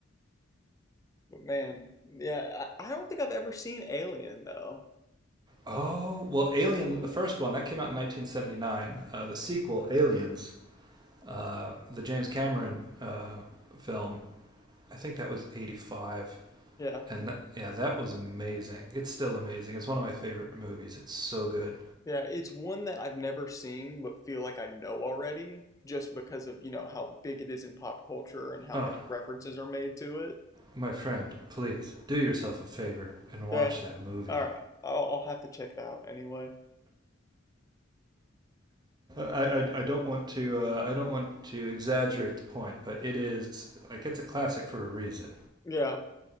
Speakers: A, on the left; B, on the right.
A: But man, yeah, I, I don't think I've ever seen Alien though.
B: Oh well, Alien, the first one that came out in 1979. Uh, the sequel, Aliens, uh, the James Cameron uh, film. I think that was 85
A: Yeah.
B: and that, yeah, that was amazing. It's still amazing. It's one of my favorite movies. It's so good.
A: Yeah, it's one that I've never seen but feel like I know already just because of, you know, how big it is in pop culture and how
B: Ah,
A: many
B: oh,
A: references are made to it.
B: my friend, please do yourself a favor and
A: Yeah.
B: watch that movie.
A: All right. I'll, I'll have to check it out anyway.
B: I, I, I don't want to uh, I don't want to exaggerate the point, but it is like it's a classic for a reason.
A: Yeah.